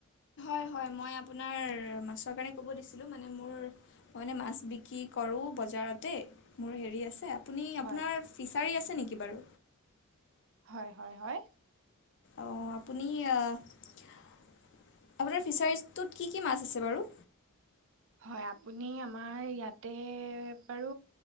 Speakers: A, on the left (about 55°); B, on the right (about 60°).
A: হয় - হয়, মই আপোনাৰ মাছৰ কাৰণে ক'ব দিছিলোঁ। মানে মোৰ, মই মানে মাছ বিক্ৰী কৰোঁ। বজাৰতেই মোৰ হেৰি আছে। আপুনি
B: হয়
A: আপোনাৰ ফিছাৰী আছে নেকি বাৰু?
B: হয় - হয় - হয়?
A: অ' আপুনি অ' আপোনাৰ ফিছাৰিছটোত কি - কি মাছ আছে বাৰু?
B: হয়, আপুনি আমাৰ ইয়াতে বাৰু